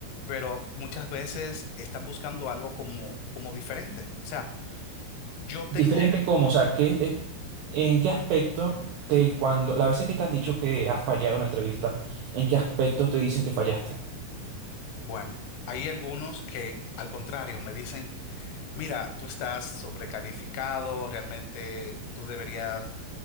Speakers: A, on the left; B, on the right.
A: pero muchas veces están buscando algo como, como diferente. O sea, yo tengo,
B: Diferente cómo, o sea, ¿qué, eh, en qué aspecto te, cuando, las veces que te han dicho que has fallado en la entrevista, en qué aspecto te dicen que fallaste?
A: bueno, hay algunos que al contrario me dicen, mira, tú estás sobrecalificado, realmente tú deberías